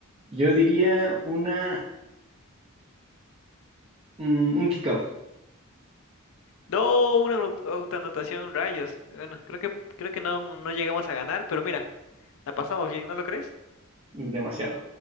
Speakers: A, on the right; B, on the left.
A: Yo diría una, mm, un kickoff.
B: No, una au- autoanotación, rayos. Bueno, creo que creo que no, no llegamos a ganar, pero mira, la pasamos bien, ¿no lo crees?
A: Demasiado.